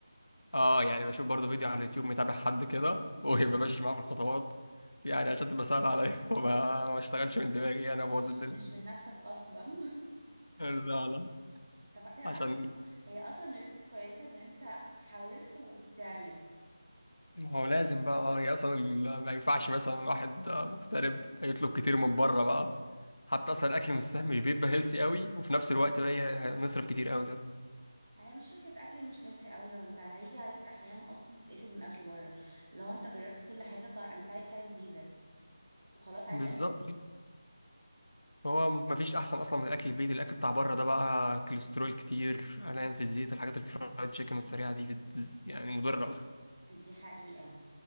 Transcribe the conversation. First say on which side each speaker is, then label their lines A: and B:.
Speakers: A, on the left; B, on the right.
A: اه يعني بشوف برضه فيديو على اليوتيوب متابع حد كده وبمشي معاه في الخطوات يعني عشان تبقى سهلة عليا <laughs> وما ما اشتغلش من دماغي يعني أبوظ الدنيا
B: مش من نفسك اصلا
A: لا لا
B: <laughs> طب ده
A: عشان
B: اصلا هي اصلا ريسك كويسه ان انت حاولت وبتعمل
A: هو لازم بقى اه يعني اصلا ال- ما ينفعش مثلا واحد آه، مغترب يطلب كتير من بره بقى حتى اصلا الاكل مش سهل مش بيبقى هيلسي قوي وفي نفس الوقت بقى هي- هنصرف كتير قوي كده
B: هي مش شركة أكل مش هيلثي قوي هو انت هيجي عليك أحيانا أصلا تتقفل من أكل بره لو انت جربت كل حاجة فانت عايز حاجة جديدة وخلاص عايز
A: بالظبط
B: أكل جديد
A: هو ما فيش احسن اصلا من الاكل البيتي الاكل بتاع بره ده بقى كوليسترول كتير قلقان في الزيت الحاجات الفرايد تشيكن والسريعه دي بت... يعني مضره اصلا
B: دي حقيقة